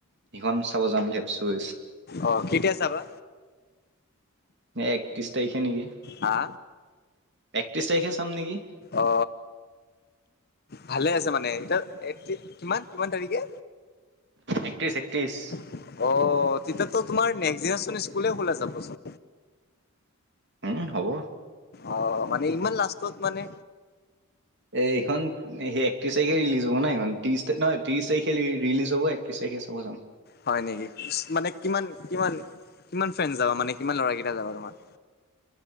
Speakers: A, on the right (about 50°); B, on the left (about 45°).
A: সিখন চাব যাম বুলি ভাবিছোঁ।
B: অ কেতিয়া চাবা?
A: ন একত্ৰিছ তাৰিখে নেকি,
B: হা
A: একত্ৰিছ তাৰিখে চাম নেকি?
B: অ ভালে আছে মানে এতিয়া কিমান কিমান তাৰিখে?
A: একত্ৰিছ একত্ৰিছ
B: অ তেতিয়াতো তোমাৰ নেক্স দিনাচোন স্কুলে খোলা যাবচোন।
A: উম হ'ব।
B: অ মানে ইমান লাষ্টত মানে,
A: এই খন সেই একত্ৰিছ তাৰিখে ৰিলজ হ'ব ন সেইখন ত্ৰিছ নহয় ত্ৰিছ তাৰিখে ৰিলিজ হব একত্ৰিশ তাৰিখে চাব যাম।
B: হয় নেকি মানে কিমান কিমান কিমান ফ্ৰেণ্ড যাবা মানে কিমান ল'ৰা কেইটা যাবা তোমাৰ?